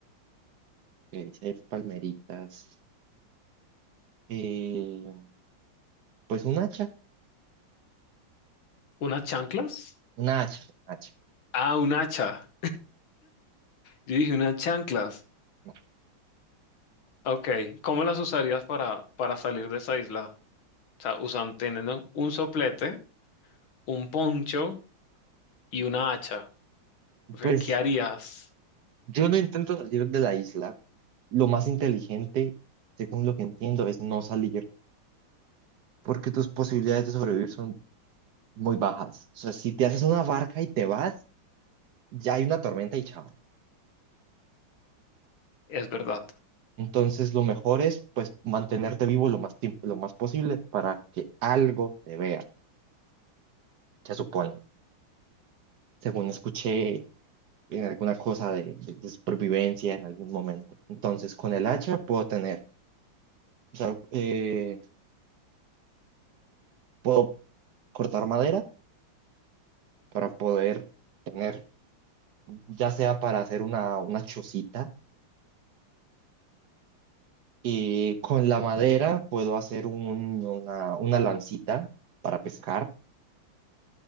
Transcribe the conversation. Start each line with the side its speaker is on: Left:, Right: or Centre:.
Right: sí hay palmeritas. Eh, pues un hacha,
Left: ¿Unas chanclas?
Right: una hacha, un hacha.
Left: Ah, un hacha. Yo dije unas chanclas.
Right: No,
Left: Ok, ¿cómo las usarías para, para salir de esa isla? O sea, usan, teniendo un soplete, un poncho y una hacha. O sea,
Right: Pues
Left: ¿qué harías?
Right: yo no intento salir de la isla. Lo más inteligente, según lo que entiendo, es no salir, porque tus posibilidades de sobrevivir son muy bajas. O sea, si te haces una barca y te vas, ya hay una tormenta y chao.
Left: Es verdad.
Right: Entonces, lo mejor es, pues, mantenerte vivo lo más tiempo, lo más posible para que algo te vea, se supone, según escuché en alguna cosa de, de- de supervivencia en algún momento. Entonces, con el hacha puedo tener, o sea, eh, puedo cortar madera para poder tener, ya sea para hacer una, una chocita, y con la madera puedo hacer un- una, una lancita para pescar.